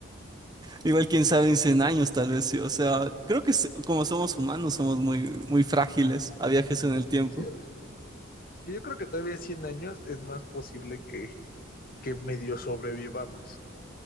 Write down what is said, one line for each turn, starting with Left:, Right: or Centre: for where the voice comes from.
Right: Igual quién sabe en 100 años tal vez sí, o sea, creo que se- como somos humanos somos muy, muy frágiles a viajes en el tiempo.
Left: No quiero. Que Yo creo que todavía 100 años es más posible que, que medio sobrevivamos.